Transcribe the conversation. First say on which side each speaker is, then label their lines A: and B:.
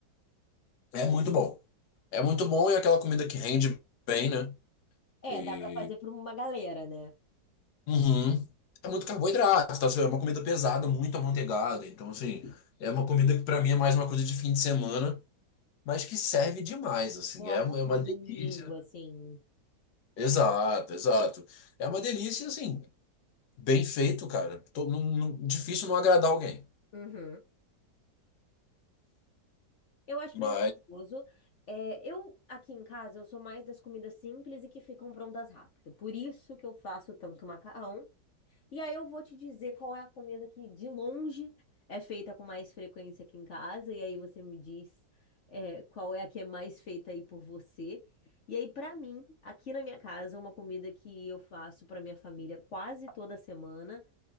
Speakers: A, on the left; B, on the left.
A: É muito bom. É muito bom e é aquela comida que rende bem, né?
B: É,
A: E...
B: dá pra fazer pra uma galera, né?
A: Uhum. É muito carboidrato, tá? É uma comida pesada, muito amanteigada. Então, assim, é uma comida que pra mim é mais uma coisa de fim de semana, mas que serve demais, assim.
B: Um almoço
A: É uma é uma
B: de
A: delícia.
B: domingo, assim.
A: Exato, exato. É uma delícia, assim. Bem feito, cara. Tô- não- não- difícil não agradar alguém.
B: Uhum. Eu acho
A: Mas.
B: bem gostoso. É, eu, aqui em casa, eu sou mais das comidas simples e que ficam prontas rápido. Por isso que eu faço tanto macarrão. E aí eu vou te dizer qual é a comida que, de longe, é feita com mais frequência aqui em casa. E aí você me diz, é, qual é a que é mais feita aí por você. E aí, pra mim, aqui na minha casa, uma comida que eu faço pra minha família quase toda semana